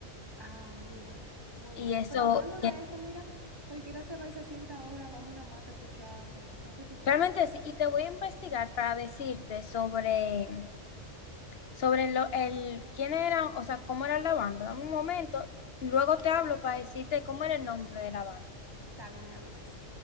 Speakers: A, on the right (about 20°); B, on the left (about 55°).
A: Ah, muy bueno, muy
B: y
A: bueno.
B: eso,
A: Pero hablando de
B: y
A: eso, mira, cualquiera se va y se sienta ahora bajo una mata a escuchar música. ¿Qué tú crees?
B: Realmente sí, y te voy a investigar para decirte sobre, sobre lo, el, quién era, o sea, cómo era la banda. Dame un momento, luego te hablo para decirte cómo era el nombre de la banda.
A: Está bien, me avisas.